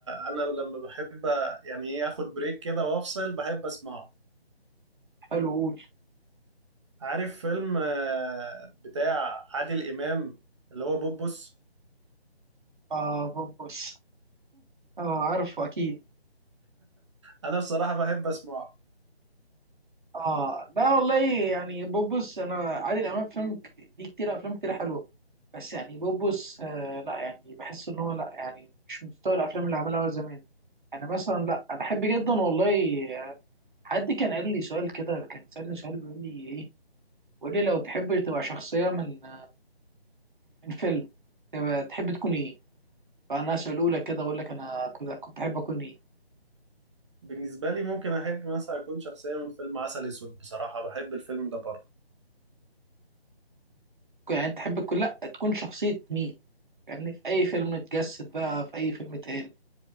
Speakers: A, on the right; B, on the right.
A: انا لما بحب يعني ايه اخد بريك كده وافصل بحب اسمعه
B: حلو قول
A: عارف فيلم آه، بتاع عادل امام اللي هو بوبوس
B: اه بوبس اه عارفه اكيد
A: انا بصراحه بحب اسمعه
B: اه لا والله يعني بوبس انا عادل امام فيلم ك- ليه كتير افلام كتير حلوه بس يعني بوبس آه لا يعني بحس ان هو لا يعني مش مستوى الافلام اللي عملها هو زمان انا مثلا لا انا بحب جدا والله حد كان قال لي سؤال كده كان سألني سؤال بيقول لي ايه قول لي لو تحب تبقى شخصية من من فيلم تبقى تحب تكون ايه فانا اساله لك كده اقول لك انا كنت كنت احب اكون ايه
A: بالنسبه لي ممكن احب مثلا اكون شخصيه من فيلم عسل اسود بصراحه بحب الفيلم ده برضه
B: يعني تحب تكون لا تكون شخصية مين فاهمني في اي فيلم اتجسد بقى في اي فيلم اتقال